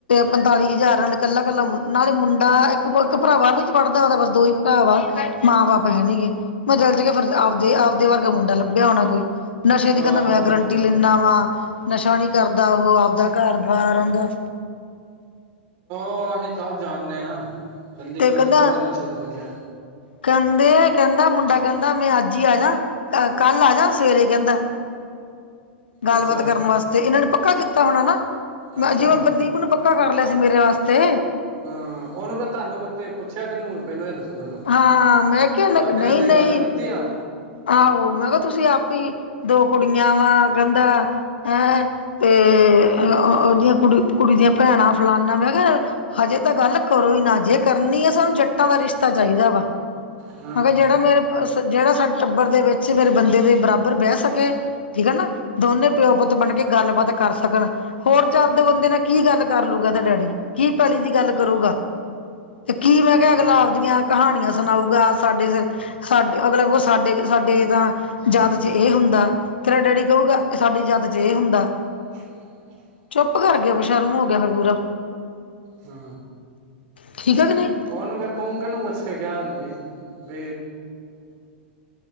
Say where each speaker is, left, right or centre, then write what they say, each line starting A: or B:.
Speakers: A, on the left; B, on the right.
A: ਪੰਤਾਲੀ ਹਜ਼ਾਰ ਨਾਲ ਕੱਲਾ-ਕੱਲਾ ਨਾਲੇ ਮੁੰਡਾ ਇੱਕ ਇੱਕ ਭਰਾ ਬਾਰਵੀਂ ਚ ਪੜ੍ਹਦਾ ਓਦੇ ਬਸ ਦੋ ਹੀ ਭਰਾ ਵਾ, ਮਾਂ-ਬਾਪ ਹੈਨੀਂ ਗੇ। ਮੈਂ ਦਿਲ ਚ ਕੇ ਫਿਰ ਆਪਦੇ, ਆਪਦੇ ਵਰਗਾ ਮੁੰਡਾ ਲੱਭਿਆ ਹੋਣਾ ਕੋਈ ਨਸ਼ੇ ਦੀ
B: ਆਹੋ
A: ਕੈਂਦਾ ਮੈਂ ਗਰੰਟੀ ਲਿੰਨਾ ਵਾ, ਨਸ਼ਾ ਨੀ ਕਰਦਾ ਓਹ ਆਪਦਾ ਘਰ ਬਾਰ ਓਦਾ।
B: ਓ ਅਸੀਂ ਸਭ ਜਾਨਨੇ ਆਂ, ਚੰਡੀਗੜ੍ਹ
A: ਤੇ ਕਹਿੰਦਾ
B: ਚ ਕੇੜਾ ਨਸ਼ੇ ਤੋਂ ਬਚਿਆ।
A: ਕਹਿੰਦੇ ਕਹਿੰਦਾ ਮੁੰਡਾ ਕਹਿੰਦਾ, ਮੈਂ ਅੱਜ ਹੀ ਆਜਾ ਅ ਕੱਲ ਆਜਾ ਸਵੇਰੇ ਕਹਿੰਦਾ। ਗੱਲਬਾਤ
B: ਅੱਛਾ
A: ਕਰਨ ਵਾਸਤੇ, ਇਹਨਾਂ ਨੇ ਪੱਕਾ ਕੀਤਾ ਹੋਣਾ ਨਾਂ
B: ਅੱਛਾ
A: ਜਿਵੇਂ ਪ੍ਰਦੀਪ ਨੂੰ ਪੱਕਾ ਪੱਕਾ ਕਰ ਲਿਆ ਸੀ ਮੇਰੇ ਵਾਸਤੇ
B: ਹਾਂ ਉਹ ਨੂੰ ਗ ਤੁਹਾਨੂੰ ਉਥੇ ਪੁੱਛਣ ਪੁਛਿਆ ਕਿਨੂੰ ਪਹਿਲੋਂ ਏਹ ਦੱਸੋ ਮੈਨੂੰ,
A: ਹਾਂ ਮੈਂ ਕਿਹਾ
B: ਸਾਡੇ
A: ਨਹੀਂ
B: ਨਾਲ ਤੁਸੀਂ
A: ਨਹੀਂ
B: ਗੱਲ ਕੀਤੀ ਆ।
A: ਆਹੋ ਮੈਂ ਕਿਹਾ ਤੁਸੀਂ ਆਪ ਹੀ ਦੋ ਕੁੜੀਆਂ ਵਾ ਕਹਿੰਦਾ ਹੈਂ ਤੇ ਉਹਦੀਆਂ ਕੁੜੀ ਕੁੜੀ ਦੀਆਂ ਭੈਣਾਂ ਫਲਾਨਾ ਮੈਂ ਕਿਹਾ ਹਜੇ ਤਾਂ ਗੱਲ ਕਰੋ ਈ ਨਾ ਜੇ ਕਰਨੀ ਆ ਸਾਨੂੰ ਜੱਟਾਂ ਦਾ ਰਿਸ਼ਤਾ ਚਾਈਦਾ ਵਾ।
B: ਹਾਂ
A: ਮੈਂ ਕਿਆ ਜੇੜਾ ਮੇਰੇ ਜੇੜਾ ਸਾਡੇ ਟੱਬਰ ਦੇ ਵਿੱਚ ਮੇਰੇ ਬੰਦੇ ਦੇ ਬਰਾਬਰ ਬੈ ਸਕੇ। ਠੀਕ ਹੈ ਨਾ ਦੋਨੇ ਪਿਓ-ਪੁੱਤ ਬਣ ਕੇ ਗੱਲਬਾਤ ਕਰ ਸਕਣ। ਹੋਰ ਚੱਜ
B: ਹਾਂ
A: ਦੇ ਬੰਦੇ ਨਾ ਕੀ ਗੱਲ ਕਰ ਲੂਗਾ? ਏਦਾ ਡੈਡੀ ਕੀ ਪੈਲੀ ਦੀ ਗੱਲ ਕਰੂਗਾ! ਤੇ ਕੀ ਮੈਂ ਕਿਆ
B: ਹਾਂ
A: ਅਗਲਾ ਆਪ ਦੀਆਂ ਕਹਾਣੀਆਂ ਸੁਨਾਊਗਾ ਸਾਡੇ-ਸਾਡੇ ਅਗਲਾ ਕੁਛ ਸਾਡੇ-ਸਾਡੇ ਤਾਂ ਜਾਤ ਚ' ਇਹ ਹੁੰਦਾ। ਤੇਰਾ ਡੈਡੀ ਕਉਗਾ ਸਾਡੀ ਜਾਤ ਚ ਏ ਹੁੰਦਾ।
B: <unintelligible>
A: ਚੁੱਪ ਕਰ ਗੇਆ ਬਸ਼ਰਮ ਹੋ ਗੇਆ ਫੇਰ ਪੂਰਾ
B: ਹੂੰ
A: ਠੀਕ ਆ ਕਿ ਨਈ।
B: ਉਹਨੂੰ ਕਹਿ, ਤੂੰ ਕਿਹਨੂੰ ਪੁੱਛ ਕੇ ਗਿਆ ਉਹਨੂੰ ਬਈ। <unintelligible>